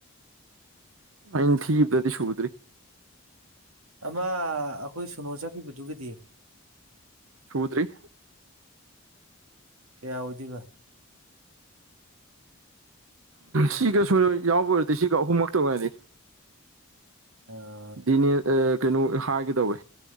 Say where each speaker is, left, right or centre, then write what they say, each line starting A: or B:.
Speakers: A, on the right; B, on the right.
A: ꯑꯩꯅ ꯊꯤꯕꯗꯗꯤ ꯁꯨꯗ꯭ꯔꯤ
B: ꯑꯃ ꯑꯩꯈꯣꯏ ꯁꯨꯅꯣ ꯆꯠꯈꯤꯕꯗꯨꯒꯤꯗꯤ
A: ꯁꯨꯗ꯭ꯔꯤ
B: ꯀꯌꯥ ꯑꯣꯏꯗꯣꯏꯕ
A: ꯁꯤꯒ ꯁꯣꯏ ꯌꯥꯎꯕꯔꯗꯤ ꯁꯤꯒ ꯑꯍꯨꯝꯃꯛ ꯇꯧꯅꯁꯤ
B: ꯑꯣ
A: ꯗꯤꯅꯦꯜ ꯑ ꯀꯩꯅꯣ ꯍꯥꯏꯒꯦꯗꯧꯋꯦ